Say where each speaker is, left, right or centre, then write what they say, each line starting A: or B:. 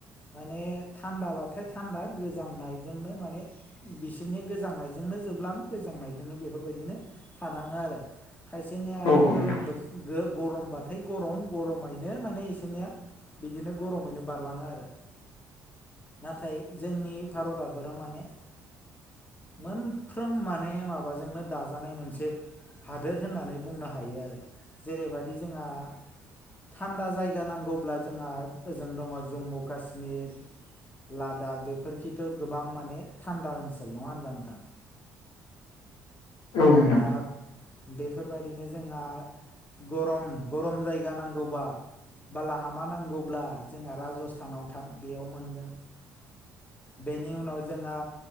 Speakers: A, on the left; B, on the left.
A: माने थान्दाबाथाय थान्दा गोजांनायजोंनो माने बिसोरनि गोजांनायजोंनो जोबलां गोजांनायजोंनो बेफोरबायदिनो थानाङो आरो। खायसेनिया
B: औ
A: आरो
B: नोंथां
A: गोलोमबो गो गरमबाथाय गरम गरमैनो माने एसोरनिया बिदिनो गरमैनो बारलाङो आरो। नाथाय जोंनि भारत हादरा माने मोनफ्रोम माने माबाजोंनो दाजानाय मोनसे हादोर होननानै बुंनो हायो आरो जेरैबादि जोंहा थान्दा जायगा नांगौब्ला जोंहा ओजों दङ जम्मु काशमिर। लादाख बेफोरखिथ' गोबां माने थान्दा ओन्सोल नङा होनब्ला नोंथां?
B: औ नोंथां
A: दा बेफोरबायदिनो जोंहा गरम गरम जायगा नांगौबा बालाहामा नांगौब्ला जोंहा राजस्थानाव थां बेयाव मोनगोन। बेनि उनाव जोंहा